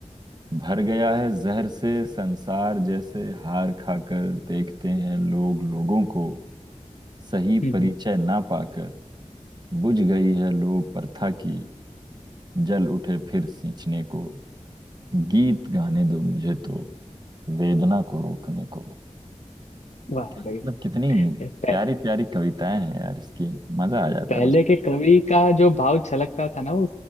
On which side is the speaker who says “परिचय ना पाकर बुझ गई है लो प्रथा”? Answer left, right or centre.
Right